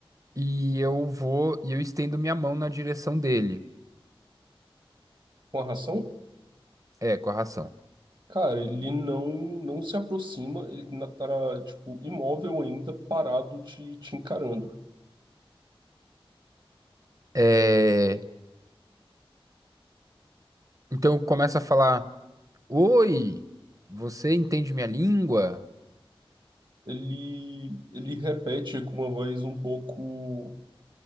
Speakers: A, on the right (about 35°); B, on the right (about 55°).
A: e eu vou e eu estendo minha mão na direção dele,
B: Com a ração?
A: é, com a ração.
B: Cara, ele não, não se aproxima, ele ainda tá, tipo, imóvel ainda, parado, te, te encarando.
A: É, então começa a falar: Oi, você entende minha língua?
B: Ele, ele repete com uma voz um pouco